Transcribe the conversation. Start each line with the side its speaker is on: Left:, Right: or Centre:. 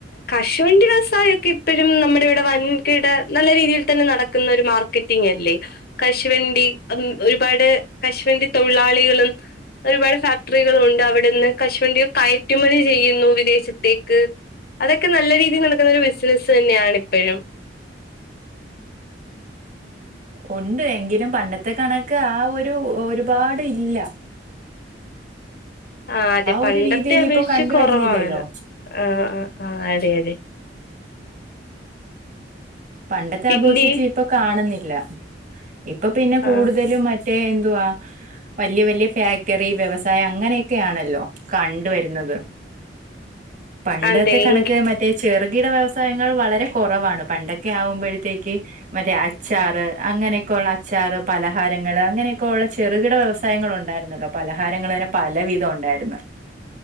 Left: കശുവണ്ടി വ്യവസായക്കെ ഇപ്പയ്‌ നമ്മുടെ ഇവിടെ വൻകിട നല്ല രീതിയിൽ തന്നെ നടക്കുന്ന ഒരു മാർക്കറ്റിംഗ് അല്ലേ കശുവണ്ടി. ഒരുപാട് കശ് വണ്ടി തൊഴിലാളികളും ഒരുപാട് ഫാക്ടറികളുണ്ട് അവിടന്ന് കശുവണ്ടി കയറ്റുമതി ചെയ്യുന്നു വിദേശത്തേക്ക് അതൊക്കെ നല്ല രീതി നടക്കുന്ന ഒരു ബിസിനസ്സ് തന്നെയാണ് ഇപ്പഴും
Right: ഉണ്ട് എങ്കിലും പണ്ടത്തെ കണക്ക് ആ ഒരു ഒരുപാട് ഇല്ല
Left: ആ അതെ പണ്ടത്തെ
Right: ഒരു രീതിയിൽ
Left: അപേക്ഷിച്ച്
Right: ഇപ്പൊ കണ്ടുവരുന്നില്ലല്ലോ
Left: കൊറവാണ് ആ ആ ആ അതെ അതെ
Right: പണ്ടത്തെ
Left: പിന്നെ
Right: ആപേഷിച്ച് ഇപ്പൊ കാണുന്നില്ല ഇപ്പൊ പിന്നെ
Left: ആ
Right: കൂടുതലും മറ്റേ എന്തുവാ വല്ല്യ വല്ല്യ ഫാക്ടറി വ്യവസായ അങ്ങനെയൊക്കെയാണല്ലോ കണ്ട് വരുന്നത് പണ്ടത്തെ
Left: അതെ
Right: കണക്ക്
Left: എങ്കി
Right: മറ്റേ ചെറുകിട വ്യവസായങ്ങൾ വളരെ കുറവാണ് പണ്ടൊ ക്കെ ആവുമ്പഴത്തേക്ക് മറ്റെ അച്ചാറ് അങ്ങനെക്കെഉള്ള അച്ചാറ് പലഹാരങ്ങള് അങ്ങനെയൊക്കെ ഉ ചെറുകിട വ്യവസായങ്ങൾ ഉണ്ടായിരുന്നല്ലോ പലഹാരങ്ങള്ന്നെ പല വിധ ഉണ്ടായിരുന്നു